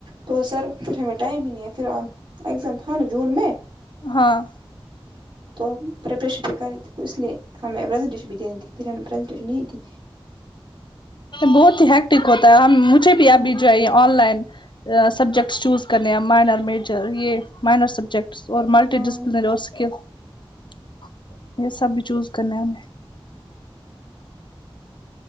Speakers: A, on the right (about 55°); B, on the left (about 55°).
A: تو سر پھر ہمیں ٹائم ہی نہیں ہے پھر ایکزام تھا نہ جون میں
B: ہاں
A: تو پریپریشن بھی کر رہے تھے تو اس لیے ہمیں پریزنٹیشن بھی دیینی تے پھر ہم نےپریزنٹیشن نہیں دی
B: بہت ہییکٹک ہوتا ہے ہم مجھے بھی
A: ہوں
B: آب بھی جائیے آن لائن سبجیکٹس چوز کرنے ہیں مائنر میجر یہ مائنر سبجیکٹ اور ملٹی
A: ہاں
B: <unintelligible> یہ سب بھی چوز کرنا ہے ہمیں